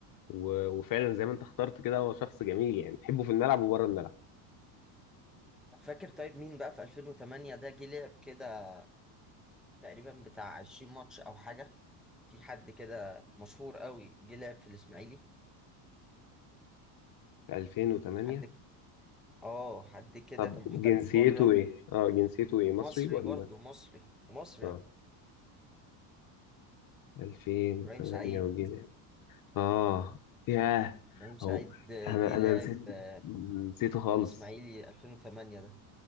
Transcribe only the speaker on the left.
و- وفعلا زي ما انت اخترت كده هو شخص جميل يعني تحبه في الملعب وبره الملعب
في 2008
طب
جنسيته
ايه؟ اه جنسيته ايه مصري
ولا
اه 2008
وجنيه اه ياه
او
انا
انا
نسيت
نسيته خالص